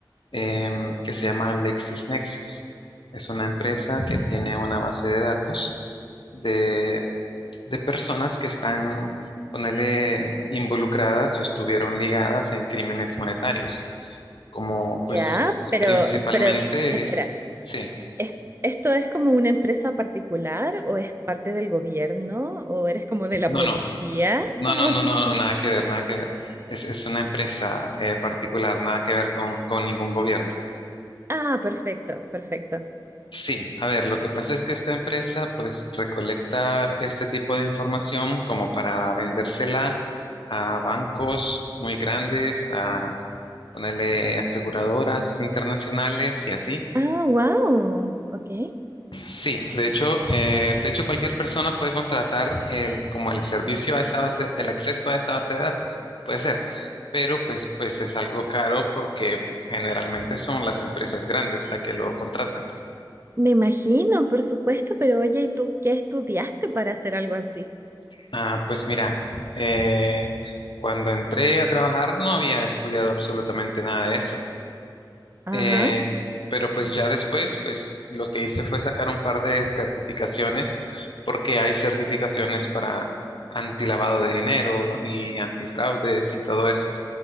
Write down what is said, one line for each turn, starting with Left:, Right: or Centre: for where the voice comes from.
Left: em, que se llama LexisNexis. Es una empresa que tiene una base de datos de, de personas que están, ponele, involucradas o estuvieron ligadas en crímenes monetarios, como pues
Right: Ya,
Left: pues,
Right: pero,
Left: principalmente,
Right: pero, espera,
Left: sí,
Right: ¿es- ¿esto es como una empresa particular o es parte del gobierno o eres como de la
Left: no,
Right: policía?
Left: no, no,
Right: ¿Cómo?
Left: no, no,
Right: <laughs>
Left: no, no, nada que ver, nada que ver. Es, es una empresa eh, particular, nada que ver con, con ningún gobierno.
Right: Ah, perfecto, perfecto.
Left: Sí, a ver, lo que pasa es que esta empresa pues recolecta este tipo de información como para vendérsela a bancos muy grandes, a ponerle aseguradoras internacionales y así.
Right: Ah, wow, ok.
Left: Sí, de hecho, eh, de hecho cualquier persona puede contratar el, como el servicio a esa base, el acceso a esa base de datos, puede ser, pero pues, pues es algo caro porque generalmente son las empresas grandes las que lo contratan.
Right: Me imagino, por supuesto, pero oye, ¿y tú qué estudiaste para hacer algo así?
Left: Ah, pues mira, eh, cuando entré a trabajar no había estudiado absolutamente nada de eso.
Right: Ajá.
Left: Eh, pero pues ya después, pues lo que hice fue sacar un par de certificaciones, porque hay certificaciones para antilavado de dinero y antifraudes y todo eso.